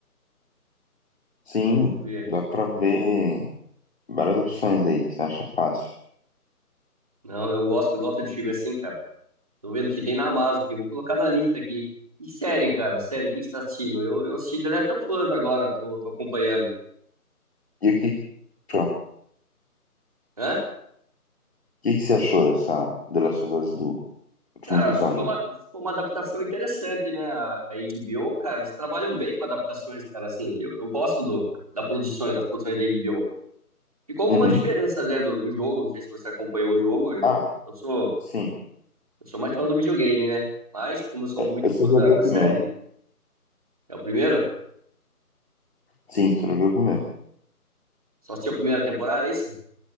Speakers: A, on the left (about 40°); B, on the right (about 25°).
A: Sim,
B: Deixa eu ver.
A: dá pra ver várias opções aí, você acha fácil.
B: Não, eu gosto, eu gosto de filme assim, cara. Tô vendo que tem na Amazon, que eu vou colocar na lista aqui. E série, cara? Série, o que que você tá assistindo? Eu, eu assisti The Last of Us agora, tô, tô acompanhando.
A: E o que que você achou? O
B: Hã?
A: que que você achou dessa The Last of Us do último
B: Cara,
A: episódio
B: foi
A: aí?
B: uma, foi uma adaptação interessante, né? A, a HBO, cara, eles trabalham bem com adaptações, cara, assim. Eu, eu gosto do, da produção, das produções da HBO. Ficou alguma
A: Uhum.
B: diferença, né, do, do jogo? Não sei se você acompanhou o jogo. Eu,
A: Ah,
B: eu sou,
A: sim.
B: eu sou mais fã do videogame, né? Mas, como eu sou
A: É,
B: muito
A: eu só
B: fã da,
A: joguei
B: da
A: o primeiro.
B: série. É o primeiro?
A: Sim, só joguei o primeiro.
B: Só assistiu a primeira temporada, é isso?